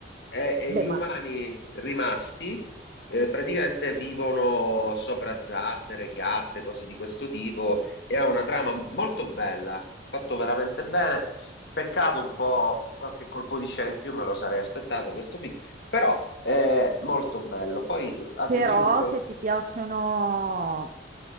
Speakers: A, on the left; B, on the right.
A: e, e
B: Beh,
A: gli umani
B: ma
A: rimasti eh, praticamente vivono sopra zattere, chiatte, cose di questo tipo e ha una trama molto bella, fatto veramente bene. Peccato un po', qualche colpo di scena in più me lo sarei aspettato questo film, però è molto bello. Poi altri
B: però
A: film di...
B: se ti piacciono